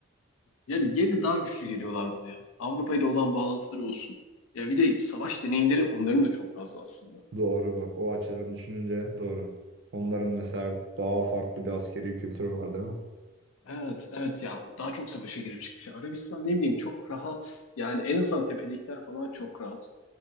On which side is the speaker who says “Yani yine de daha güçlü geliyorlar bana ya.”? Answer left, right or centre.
Left